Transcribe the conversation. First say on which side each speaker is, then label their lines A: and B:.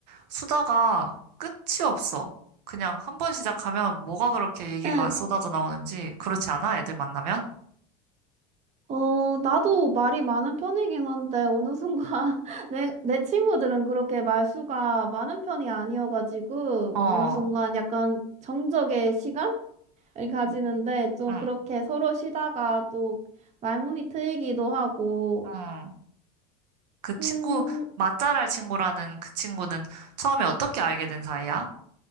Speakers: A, on the right; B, on the right.
A: 수다가 끝이 없어. 그냥 한 번 시작하면 뭐가 그렇게 얘기가
B: 응,
A: 쏟아져 나오는지 그렇지 않아? 애들 만나면?
B: 어, 나도 말이 많은 편이긴 한데, 어느 순간, <laughs> 내, 내 친구들은 그렇게 말수가 많은 편이 아니어가지고,
A: 어,
B: 어느 순간 약간 정적의 시간을 가지는데,
A: 응,
B: 좀
A: 응.
B: 그렇게 서로 쉬다가 또 말문이 트이기도 하고,
A: 응. 그
B: 음,
A: 친구, 맛잘알 친구라는 그 친구는 처음에 어떻게 알게 된 사이야?